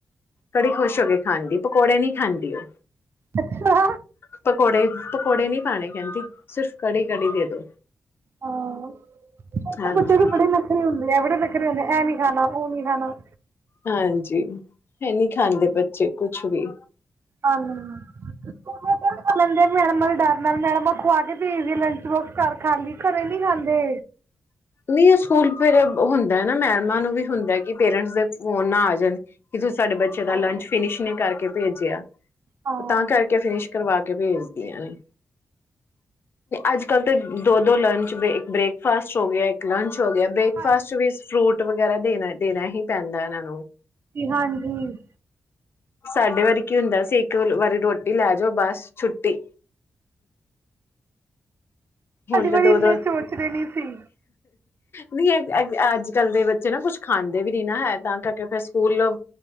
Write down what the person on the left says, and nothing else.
ਕੜੀ ਖੁਸ਼ ਹੋ ਕੇ ਖਾਂਦੀ ਪਕੌੜੇ ਨੀ ਖਾਂਦੀ ਉਹ
ਪਕੌੜੇ ਪਕੌੜੇ ਨੀ ਪਾਣੇ ਕਹਿੰਦੀ ਸਿਰਫ਼ ਕੜੀ ਕੜੀ ਦੇ ਦੋ।
ਹਾਂਜੀ
ਹਾਂਜੀ ਹੈ ਨਹੀਂ ਖਾਂਦੇ ਬੱਚੇ ਕੁਛ ਵੀ
ਨਹੀਂ ਉਹ ਸਕੂਲ ਫੇਰ ਹੁੰਦਾ ਨਾ ਮੈਡਮਾਂ ਨੂੰ ਵੀ ਹੁੰਦਾ ਕਿ ਪੇਰੈਂਟਸ ਦੇ ਫੋਨ ਨਾ ਆ ਜਾਣ ਕਿ ਤੁਸੀਂ ਸਾਡੇ ਬੱਚੇ ਦਾ
ਲੰਚ ਫਿਨਿਸ਼ ਨੀ ਕਰਕੇ ਭੇਜਿਆ।
ਤਾਂ ਕਰਕੇ ਫਿਨਿਸ਼ ਕਰਵਾ ਕੇ ਭੇਜਦੀਆਂ ਨੇ ਅੱਜ ਕੱਲ ਤੇ ਦੋ ਦੋ ਲੰਚ ਇੱਕ ਬ੍ਰੇਕਫਾਸਟ ਹੋ ਗਿਆ ਇੱਕ ਲੰਚ ਹੋ ਗਿਆ ਬ੍ਰੇਕਫਾਸਟ
ਚ ਵੀ ਫਰੂਟ ਵਗੈਰਾ ਦੇਣਾ ਦੇਣਾ ਹੀ ਪੈਂਦਾ ਹਨ।
ਸਾਡੇ ਵਾਰੀ ਕੀ ਹੁੰਦਾ ਸੀ ਇੱਕ ਵਾਰੀ ਰੋਟੀ ਲੈ ਜਾਓ ਬਸ ਛੁੱਟੀ।
ਹੁਣ ਤੇ
ਦੋ
ਦੋ
ਨਹੀਂ ਅੱਜ ਕੱਲ ਦੇ ਬੱਚੇ ਨਾ ਕੁਛ ਖਾਂਦੇ ਵੀ ਨ ਨਾ ਹੈ ਤਾਂ ਕਰਕੇ ਫਿਰ ਸਕੂਲ